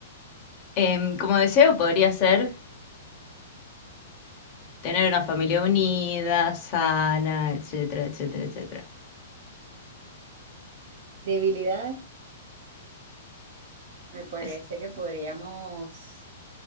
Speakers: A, on the left; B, on the right.
A: Em, como deseo podría ser tener una familia unida, sana, etcétera, etcétera, etcétera.
B: Debilidades, me parece
A: Es-
B: que podríamos